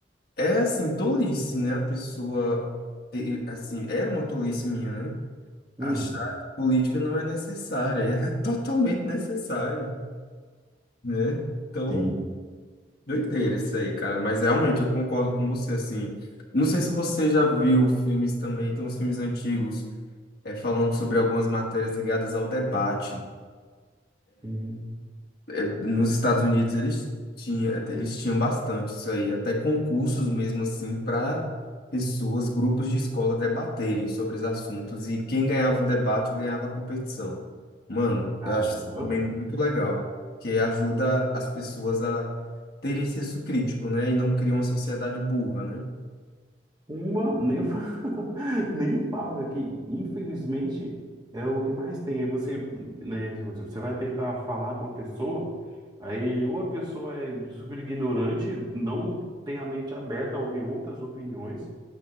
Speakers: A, on the left; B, on the right.
A: é, assim, tolice, né? A pessoa, ter, assim, era uma tolice minha, né?
B: Hum,
A: Achar que política não é necessária. <laughs> Ela é totalmente necessária, né? Então,
B: sim.
A: doideira isso aí, cara. Mas realmente eu concordo com você, assim. Não sei se você já viu filmes também, tem uns filmes antigos, é, falando sobre algumas matérias ligadas ao debate.
B: Hum,
A: é, nos Estados Unidos eles tinham, eles tinham bastante isso aí, até concursos mesmo assim para pessoas, grupos de escola debaterem sobre os assuntos e quem ganhava o debate ganhava a competição. Mano,
B: Caramba.
A: eu acho isso também muito legal, que ajuda as pessoas a terem senso crítico, né? E não cria uma sociedade burra, né?
B: Uma, nem, fa- <laughs> nem fala, que infelizmente é o que mais tem. Aí você, né, tipo assim, você vai tentar falar com a pessoa, aí ou a pessoa é super ignorante, não tem a mente aberta a ouvir outras opiniões,